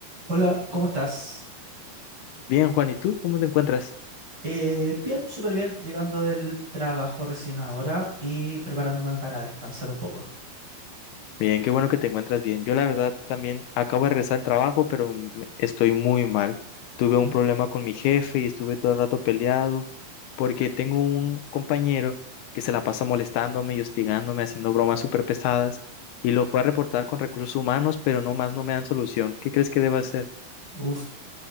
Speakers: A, on the right; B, on the left.
A: Hola, ¿cómo estás?
B: Bien, Juan, ¿y tú cómo te encuentras?
A: Eh, bien, súper bien, llegando del trabajo recién ahora y preparándome para descansar un poco.
B: Bien, qué bueno que te encuentras bien. Yo la verdad también acabo de regresar al trabajo, pero m- estoy muy mal. Tuve un
A: Mm,
B: problema con mi jefe y estuve todo el rato peleado porque tengo un compañero que se la pasa molestándome y hostigándome, haciendo bromas súper pesadas y lo fue a reportar con recursos humanos, pero no más no me dan solución. ¿Qué crees que deba hacer?
A: Uf,